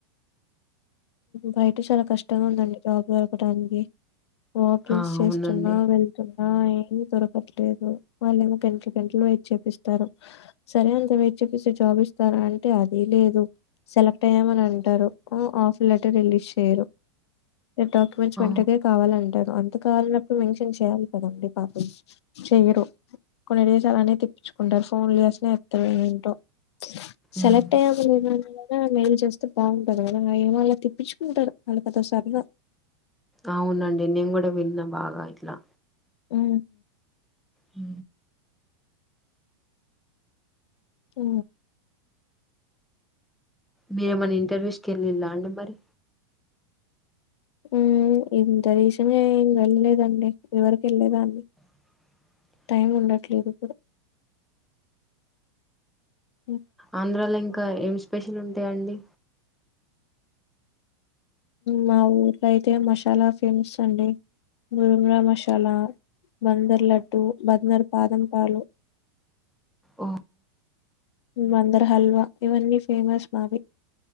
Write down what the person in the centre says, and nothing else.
ఆ
అవునండి
ఆ
మ్మ్.
అవునండి నేను కూడా విన్న బాగా ఇట్లా
ఉ
మీరేమైనా ఇంటర్వ్యూస్కి వెళ్ళిళా అండి మరి
<unintelligible>
ఆంధ్రాలో ఇంకా ఏం స్పెషల్ ఉంటాయి అండి
ఓ